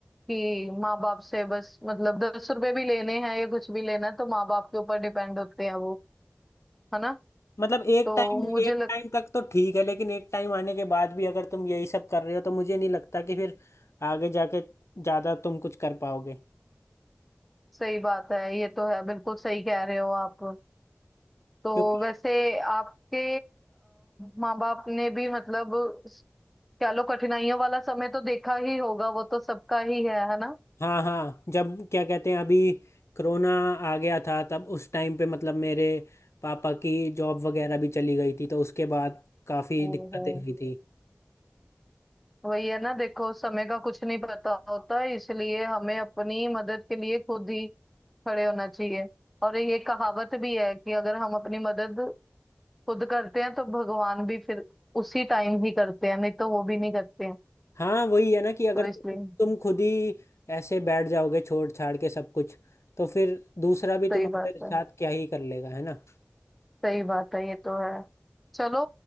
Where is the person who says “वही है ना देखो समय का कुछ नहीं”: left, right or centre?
Centre